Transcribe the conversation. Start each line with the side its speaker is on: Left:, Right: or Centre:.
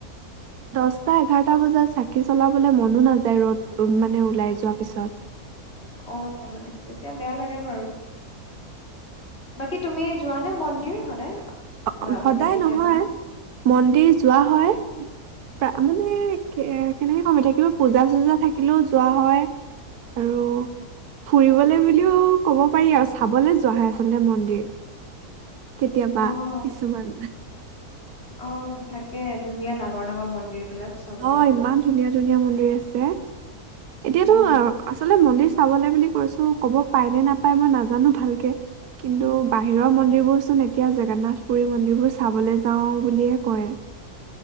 Right: দহটা এঘাৰটা বজাত চাকি চলাবলৈ মনো নাযায় ৰ'দ মানে ওলাই যোৱাৰ পিছত
Left: অ' মানে তেতিয়া বেয়া লাগে বাৰু বাকী তুমি যোৱা নে মন্দিৰ সদায়?
Right: অ'
Left: বা
Right: সদায়
Left: মানে কেতিয়াবা?
Right: নহয় মন্দিৰ যোৱা হয় প্ৰ মানে কে কেনেকে কমি থাকিব পূজা চূজা থাকিলেও যোৱা হয় আৰু ফুৰিবলে বুলিও ক'ব পাৰি আৰু চাবলৈ যোৱা হয় আচলতে মন্দিৰ কেতিয়াবা
Left: অ',
Right: কিছুমান
Left: অ থাকে ধুনীয়া ডাঙৰ-ডাঙৰ মন্দিৰ বিলাক চাবলৈ
Right: অ'
Left: যোৱা
Right: ইমান
Left: হয়।
Right: ধুনীয়া-ধুনীয়া মন্দিৰ আছে। এতিয়াতো
Left: উম,
Right: আচলতে মন্দিৰ চাব লে বুলি কৈছো ক'ব পাই নে নাপায় মই নাজানো ভালকে কিন্তু বাহিৰৰ মন্দিৰবোৰ চোন এতিয়া জগন্নাথ পুৰী মন্দিৰবোৰ চাবলৈ যাও বুলিয়ে কয়।